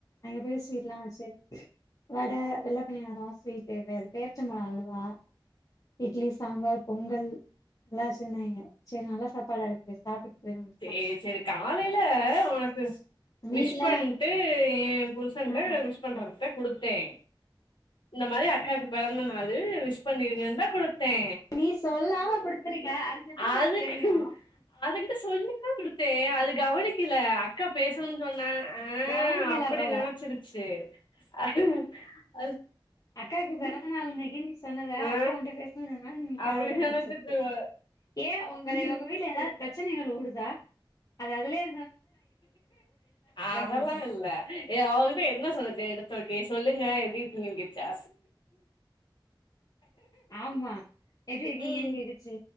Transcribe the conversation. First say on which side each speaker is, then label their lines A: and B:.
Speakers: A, on the left; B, on the left.
A: அங்க போய் ஸ்வீட்லா வச்சு வட வெள்ள பனியாரோ ஸ்வீட்டு வே அது பேர்ச்சம்பழொ அல்வா இட்லி சாம்பார் பொங்கல் எல்லாச் செஞ்சாங்க செரி நல்லா சாப்பாடா இருக்கு சாப்ட்டுட்டு போயிருவோ
B: செ ஏ செரி காலைல உனக்கு விஷ்
A: வீட்ல
B: பண்ட்டு ஏ புருஷன்ட்ட
A: ஆ
B: விஷ் பண்றதுக்குதா கொடுத்தே இந்த மாரி அக்காக்கு பெறந்த நாளு விஷ் பண்ணிருங்கன்னு தா குடு தே
A: நீ சொல்லாம குடுத்துருக்க அதுக்கு எப்டில
B: அதுக்கு
A: தெரியு
B: அதுகிட்ட சொல்லிதா குடுத்தே அது கவனிக்கல அக்கா பேசணு சொன்னா ஆ
A: கவனிக்கல
B: அப்டி
A: போல
B: நெனச்சிடுச்சு அது
A: அக்காக்கு பெறந்த நாள் இன்னைக்கி நீ சொன்னத
B: ஆ
A: அக்கா வந்து பேச்னு சொன்னா காதுல
B: அப்டி
A: விழுந்திருச்சு
B: நெனச்சிட்டு
A: அப்டி ஏ உங்கள உங்க வீட்ல ஏதா பிரச்சனைகள் ஓடுதா அத அதுலேயே
B: அதெல்லா
A: நெனச்சிருக்கோ
B: இல்ல இவ ஒகிட்ட என்ன சொல்லிசு இது ஓகே சொல்லுங்க
A: ஆ
B: எப்டி இருக்கிங்க கேட்சா
A: ஆமா எப்டி இருக்கீங்கன்
B: ம்
A: கேட்டு செ